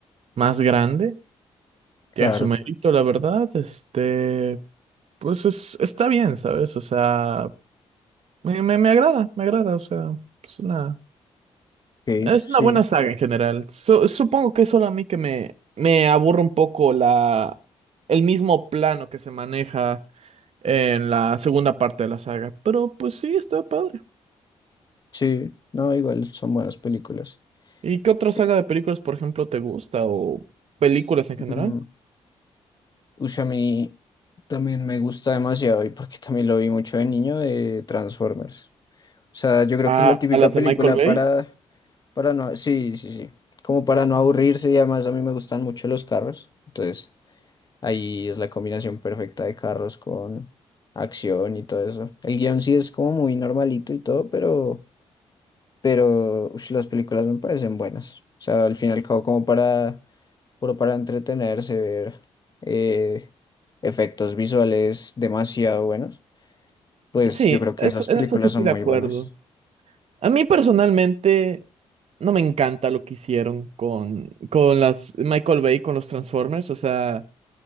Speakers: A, on the right; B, on the left.
A: más grande. Tiene
B: claro,
A: su mérito, la verdad. Este, pues es, está bien, ¿sabes? O sea, me, me, me agrada, me agrada. O sea, es una...
B: sí,
A: Es una
B: sí,
A: buena saga en general. Su- supongo que es solo a mí que me, me aburre un poco la, el mismo plano que se maneja en la segunda parte de la saga. Pero pues sí, está padre.
B: sí, no, igual son buenas películas.
A: ¿Y qué otra
B: Eh,
A: saga de películas, por ejemplo, te gusta? ¿O películas en general?
B: mm, ush, a mí también me gusta demasiado y porque también lo vi mucho de niño de Transformers. O sea, yo creo
A: Ah,
B: que es la típica
A: ¿A, las
B: película
A: de Michael Bay?
B: para, para no, sí, sí, sí, como para no aburrirse y además a mí me gustan mucho los carros. Entonces, ahí es la combinación perfecta de carros con acción y todo eso. El guión sí es como muy normalito y todo, pero, pero ush, las películas me parecen buenas. O sea, al fin y al cabo como para, puro para entretenerse, ver eh, efectos visuales demasiado buenos. Pues
A: Sí,
B: yo creo que
A: eso,
B: esas películas
A: en eso sí estoy
B: son
A: de
B: muy
A: acuerdo.
B: buenas.
A: A mí personalmente no me encanta lo que hicieron con, con las Michael Bay, con los Transformers. O sea...